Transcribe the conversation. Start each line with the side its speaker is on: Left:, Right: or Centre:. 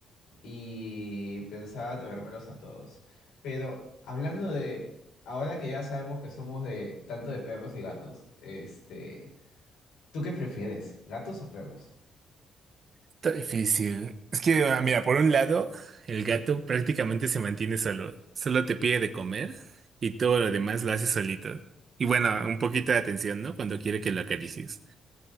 Left: Y pensaba traérmelos a todos. Pero hablando de, ahora que ya sabemos que somos de tanto de perros y gatos, este, ¿tú qué prefieres, gatos o perros?
Right: Está difícil. Es que, ah, mira, por un lado, el gato prácticamente se mantiene solo. Solo te pide de comer y todo lo demás lo hace solito. Y bueno, un poquito de atención, ¿no? Cuando quiere que lo acaricies.